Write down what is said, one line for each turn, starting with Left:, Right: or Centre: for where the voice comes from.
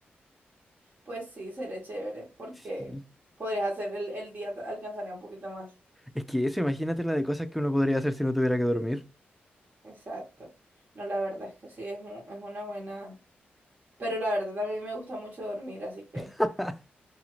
Right: Pues sí, sería chévere, porque
Centre: Sí.
Right: podrías hacer el, el día, alcanzaría un poquito más.
Centre: Es que eso, imagínate la de cosas que uno podría hacer si no tuviera que dormir.
Right: Exacto. No, la verdad es que sí, es, un- es una buena. Pero la verdad, a mí me gusta mucho dormir, así que
Centre: <laughs>